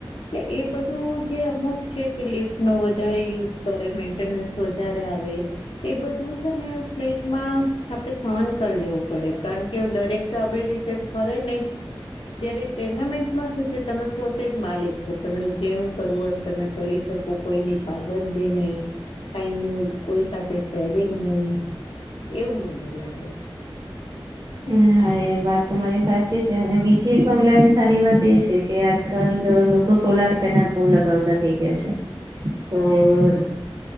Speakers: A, on the left; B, on the right.
A: કે એ બધું જે અમુક છે કે લિફ્ટનો વધારે યુઝ કરે મેન્ટેનન્સ વધારે આવે એ બધું છે ને ફ્લેટમાં આપડે સહન કરી લેવું પડે કારણ કે દરેક તો આપડી રીતે ફરે નહી જયારે ટુર્નામેન્ટમાં શું છે તમે પોતે જ માલિક છો તમને જેમ કરવું એમ તમે કરી શકો કોઈ પાબંધી નહી કઈ ન કોઈ સાથે સેરિંગ નહી એવું મને લાગે છે.
B: હ હા એ વાત તમારી સાચી છે અને બીજી એક બગલાની સારી વાત એ છે કે આજકાલ લોકો સોલાર પેનલ બહુ લગાવતા થઈ ગયા છે. તો